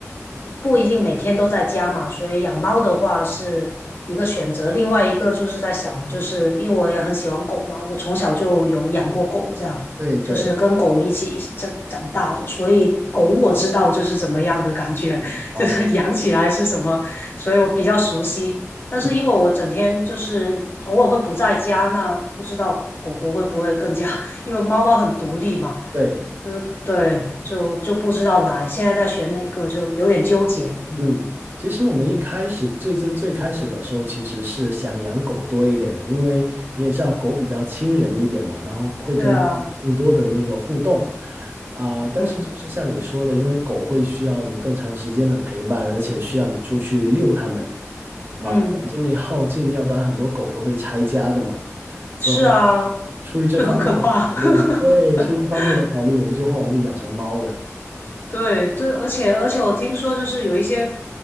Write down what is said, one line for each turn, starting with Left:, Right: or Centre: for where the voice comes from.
Left: 不不一定每天都在家嘛，所以养猫的话是一个选择。另外一个就是在想，就是因为我也很喜欢狗嘛，我从小就有养过狗，这样就是跟狗一起长长大的，
Right: 对对
Left: 所以狗我知道就是怎么样的感觉，<laughs>
Right: 啊，
Left: 就是养起来是什么，所以我比较熟悉。但是因为我整天就是偶尔会不在家，
Right: 嗯，
Left: 那不知道狗狗会不会更加 <laughs> 因为猫猫很独立嘛，
Right: 对，
Left: 就是对，就就不知道哪现在在选哪个，就有点纠结。嗯，
Right: 嗯，其实我们一开始最最最开始的时候，其实是想养狗多一点的，因为你也知道狗比较亲人一点嘛，然后会跟更多的那个互动，
Left: 对啊，
Right: 啊、但是就是像你说的，
Left: 嗯
Right: 因为狗会需要你更长时间的陪伴，而且需要你出去遛它们，
Left: 嗯，
Right: 把它们精力耗尽，要不然很多狗都会拆家的嘛，所以后来
Left: 是啊，
Right: 出于这方面的考虑，
Left: 就很可怕。<laughs>
Right: 对，出于这方面的考虑，我们就后来就养成猫了，
Left: 对对，而且而且我听说就是有一些，